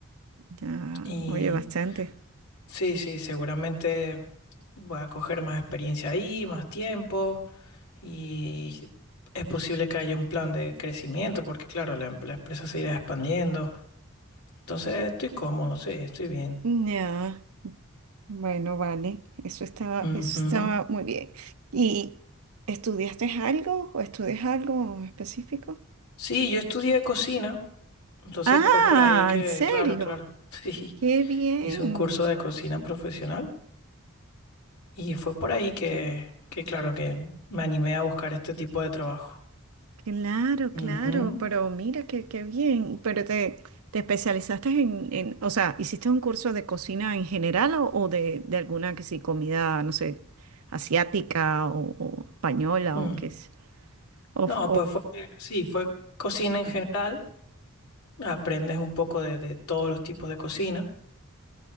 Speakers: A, on the right; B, on the left.
A: Ya,
B: y
A: oye, bastante.
B: sí, sí, seguramente... Voy a coger más experiencia ahí, más tiempo y es posible que haya un plan de crecimiento porque claro, la, la empresa se irá expandiendo. Entonces estoy cómodo, sí, estoy bien.
A: Ya. Bueno, vale, eso estaba,
B: Ujú.
A: eso estaba muy bien. ¿Y estudiaste algo o estudias algo específico?
B: Sí, yo estudié cocina, entonces
A: Ah,
B: fue por ahí que,
A: ¿en serio?
B: claro, claro, <laughs> sí,
A: Qué bien,
B: hice un curso de cocina profesional y fue por ahí que, que claro, que me animé a buscar este tipo de trabajo.
A: claro, claro,
B: Ujú.
A: pero mira qué, qué bien. Pero te, te especializaste en, en, o sea, ¿hiciste un curso de cocina en general o, o de, de alguna que sí, comida, no sé, asiática o, o española
B: Mm.
A: o qué es? O,
B: No,
A: o-
B: pues fue, sí, fue cocina en general. aprendes un poco de, de todos los tipos de cocina